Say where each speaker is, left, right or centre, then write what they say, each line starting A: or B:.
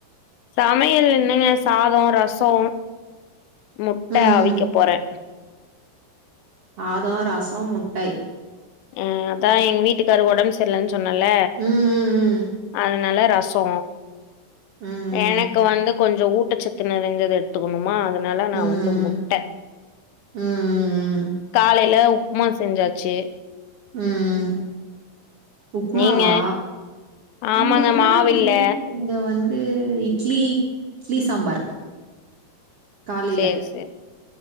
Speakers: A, on the left; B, on the right.
A: சமையல் என்னங்க சாதோ ரசோ முட்ட
B: ம்
A: ஆவிக்க
B: ம்
A: போறே
B: சாதோ, ரசோ, முட்டை
A: ம், அதா எங்க வீட்டுக்காரு ஒடம்பு சரியில்லனு சொன்னல
B: ம்
A: அதனால ர சோ
B: ம் ம்
A: எனக்கு வந்து கொஞ்சோ ஊட்டச்சத்து நெறைஞ்சது எடு த்துக்கணுமா அதனால நா
B: ம் ம்
A: வந்து முட்ட,
B: ம் ம் ம் ம்
A: காலையில உப்புமா செஞ்சாச்சு
B: ம் உப்புமாவா
A: நீங்க ஆமாங்க
B: இங்க என்னாது
A: மாவில்ல
B: இங்க வந்து இட்லி இட்லி சாம்பார் காலைல
A: சேரி சேரி